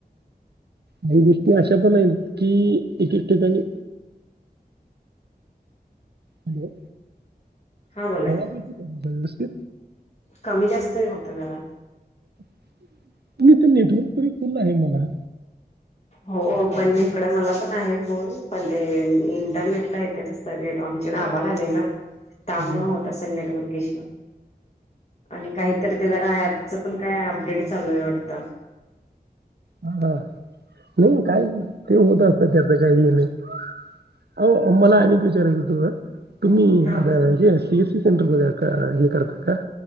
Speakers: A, on the right (about 85°); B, on the left (about 40°).
A: काही <unintelligible> गोष्टी अशा पण आहेत कि एकच ठिकाणी. हॅलो
B: हा बोला
A: आवाज
B: की
A: कती <unintelligible> करणारस ते
B: कमी जास्तही होत जरा
A: ह <unintelligible> ते नेटवर्क पण फुल आहे मला
B: हो पण इकड मला पण आहे फोन पण ते इंटरनेटला येते <unintelligible> सन तरआभाळ आले ना त्यामुळे
A: बरं
B: होत असेल नेटर्वक इशू? आणि काहीतरी ते जरा ऍपच पण काय अपडेट चालू आहे वाडत
A: हा. हो काई नई ते होत असत त्यापे जाई <unintelligible> आओ अंमला आणीक विचारायच हो. तुम्ही
B: हा
A: आण हे सोयी सीस चन गोद्या अ <unintelligible> का ह करताका?